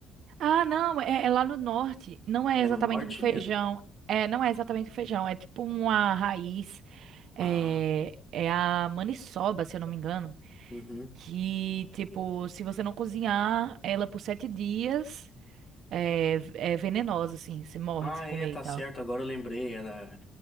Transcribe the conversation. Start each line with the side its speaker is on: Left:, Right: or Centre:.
Right: Ah, não, é, é lá no norte. Não é
Left: É
Right: exatamente
Left: no norte
Right: um feijão.
Left: mesmo?
Right: É, não é exatamente um feijão. É tipo uma raiz. É,
Left: Ah,
Right: é a maniçoba, se eu não me engano.
Left: uhum.
Right: Que, tipo, se você não cozinhar ela por sete dias, é, é venenosa, assim. Você morre
Left: Ah,
Right: se comer
Left: é, tá
Right: e tal.
Left: certo. Agora eu lembrei. Era,